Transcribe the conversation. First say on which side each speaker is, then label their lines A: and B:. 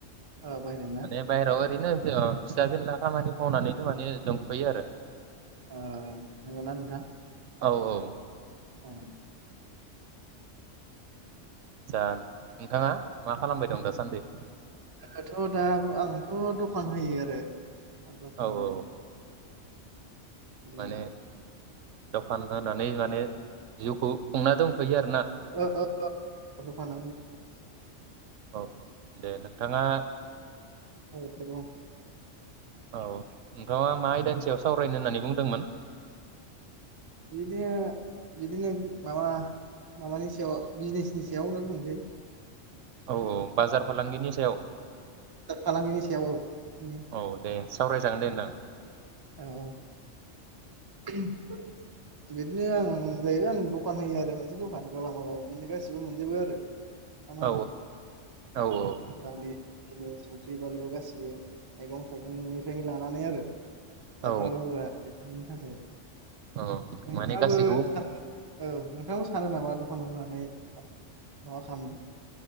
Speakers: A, on the right; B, on the right.
A: ओ बायहेरायाव ना
B: माने बाहेराव ओरैनो <unintelligible> फिसा फेनला खामानि मावनानैनो माने दंथयो आरो
A: ओ नंगौना नोंथां
B: औ औ
A: ओ
B: जानो नोंथाङा मा खालामबाय दं दासान्दि
A: आंथ' दा आंथ' दखान होयो आरो दखान
B: औ औ
A: बिदिनो
B: माने दखान होनानै मा माने जिउखौ खुंना दंथयो आरो
A: औ औ दखान
B: औ औ दे नोंथाङा
A: <inaudible> <inaudible> <unintelligible>
B: औ नोंथाङा मा आयदानि सायाव सावरायनो होननानै बुंदोंमोन?
A: बिदिनो बिदिनो माबा माबानि सायाव बिजिनेसनि सायावनो बुंसै।
B: औ औ। बाजार फालांगिनि सायाव
A: फालांगिनि सायाव औ बेफोरनि
B: औ दे सावरायजागोन दे
A: औ
B: नोंथां।
A: औ। <unintelligible> आं जाहैबाय आं दखान होयो आरो मोनसे दखान गेलामालाव बिदिनो गासैबो मोनजोबो आरो। मा नांगौ
B: औ औ औ औ।
A: दालि बिदिनो संख्रि बानलु गासिबो मैगं थाइगंनिफ्रायनो लानानै आरो। जाग्रा
B: औ
A: लोंग्रा। <unintelligible> नाथाय।
B: औ
A: <unintelligible>
B: माने गासैखौबो
A: नोंथाङाबो सानो नामा दखान होनानै माबा खामनो।